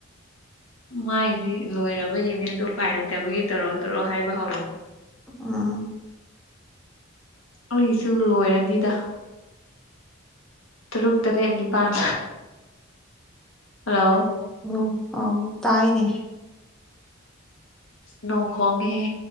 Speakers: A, on the left; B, in the centre.
A: ꯃꯥꯏꯗꯤ ꯂꯣꯏꯔꯕꯒꯤꯅꯦ ꯑꯗꯨ ꯎꯄꯥꯏ ꯂꯩꯇꯕꯒꯤ ꯇꯧꯔꯣ ꯇꯧꯔꯣ ꯍꯥꯏꯕ ꯍꯧꯔꯤꯅꯤ
B: ꯎꯪ
A: ꯑꯩꯒꯤꯁꯨ ꯂꯣꯏꯔꯅꯤꯗ ꯇꯔꯨꯛ ꯇꯔꯦꯠ ꯅꯤꯄꯥꯟ ꯍꯥꯂꯣ
B: ꯎꯪ ꯑꯥꯎ ꯇꯥꯏꯌꯦꯅꯦ
A: ꯅꯣꯡ ꯈꯣꯡꯉꯦꯍꯦ